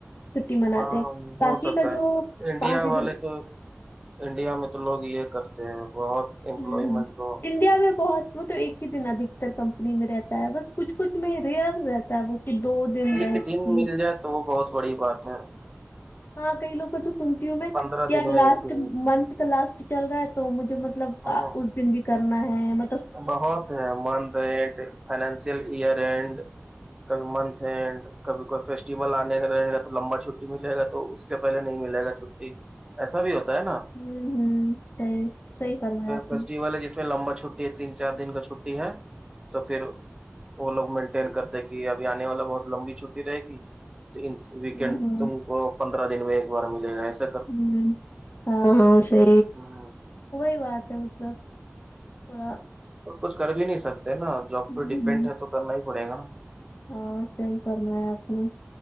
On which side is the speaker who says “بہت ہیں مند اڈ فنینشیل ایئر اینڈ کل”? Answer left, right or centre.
Right